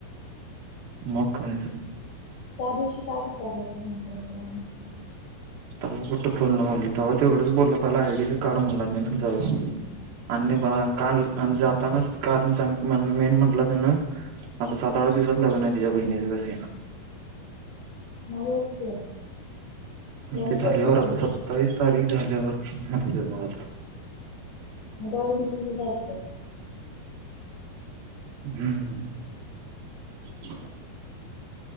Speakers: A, on the right; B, on the left.
A: मग काय?
B: त्या दिवशी काय विचारलं असं म्हण परंपरा
A: तव्हा कुठे फोन लावोलला तेव्हा तेवढंच बोलला पहिला आयडीच कार्ड म्हणला देणार जावू या म्हणून. आणि बा का जातानाच कारण सांग मेन म्हटलं तन आता साता आठ दिवसात लग्न आहे तिच्या बहिणीच कस
B: मग हेच की तुला मी
A: ते झाल्यावर
B: तेच म्हणलेलं
A: आता सत्तावीस तारीख झाल्यावर मग आता.
B: <unintelligible>
A: हम्म. <unintelligible>